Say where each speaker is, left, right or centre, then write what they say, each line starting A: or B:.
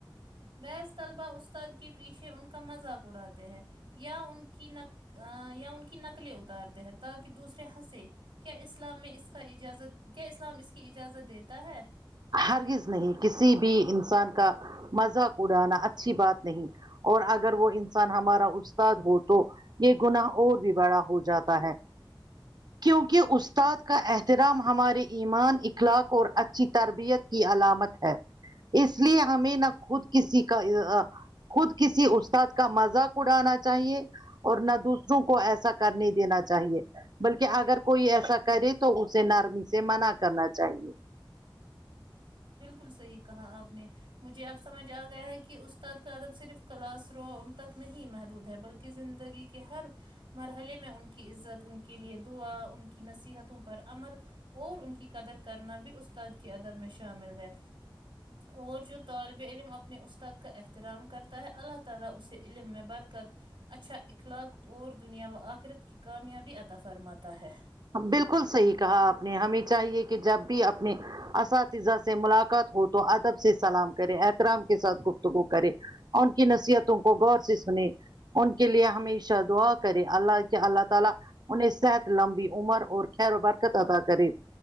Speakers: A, on the right; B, on the right.
A: بیحث طلبہ استاد کے پیچھے ان کا مذاق اڑاتے ہیں یا ان کی ن یا ان کی نق نقلیں اتارتے ہیں تاکہ دوسرے ہنسے کیا اسلام میں اس کا اجازت کیا اسلام اس کی اجازت دیتا ہے
B: ہرگز نہیں کسی بھی انسان کا مزاق اڑانا اچھی بات نہیں اور اگر وہ انسان ہمارا استاد ہو تو یہ گناہ اور بھی بڑا ہو جاتا ہے کیونکہ استاد کا احترام ہمارے ایمان اخلاق اور اچھی ترب بیت کی علامت ہے اس لیے ہمیں نہ خود کسی کا آ خود کسی استاد کا مذاق اڑانا چاہیے اور نہ دوسروں کو ایسا کرنے دینا چاہیے بلکہ اگر کوئی ایسا کرے تو اسے نرمی سے منع کرنا چاہیے
A: بالکل صحیح کہا آپ نے مجھے آب سمجھ آ گیا ہے کہ استاد کا ادب صرف کلاس روم تک نہیں محدود ہے بلکہ زندگی کہ ہر مرحلے میں ان کی عزت ان کے لئے دعا ان کی نصیحتوں پر عمل اور ان کی قدر کرنا بھی استاد کے ادب میں شامل ہے اور جو طالب علم اپنے استاد کا احترام کرتا ہے اللہ تعالی اسے علم میں برکت اچھا اخلاق اور دنیا و آخرت کی کامیابی عطا فرماتا ہے
B: بالکل صحیح کہا آپ نے ہمیں چاہیے کہ جب بھی اپنے اساتذہ سے ملاقات ہو تو ادب سے سلام کرے احترام کے ساتھ گفتگو کرے ان کی نصیحتوں کو غور سے سنے ان کے لیے ہمیشہ دعا کرے اللہ کے اللہ تعالی انہیں صحت لمبی عمر اور خیر و برکت ادا کری